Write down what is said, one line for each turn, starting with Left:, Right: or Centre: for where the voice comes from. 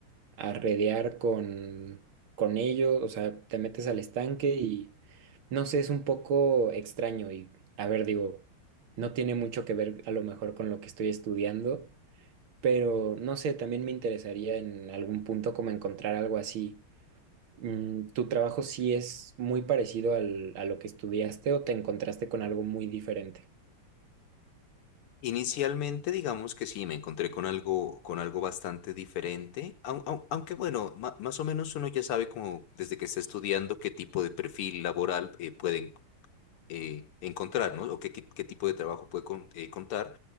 Right: a redear con, con ellos, o sea, te metes al estanque y no sé, es un poco extraño y, a ver, digo, no tiene mucho que ver a lo mejor con lo que estoy estudiando pero no sé, también me interesaría en algún punto como encontrar algo así. Mm, ¿tu trabajo sí es muy parecido al, a lo que estudiaste o te encontraste con algo muy diferente?
Left: Inicialmente, digamos que sí, me encontré con algo, con algo bastante diferente, au- au- aunque bueno, ma- más o menos uno ya sabe como desde que está estudiando qué tipo de perfil laboral eh, puede eh, encontrar, ¿no? O qué, qué- qué tipo de trabajo puede con- eh, contar.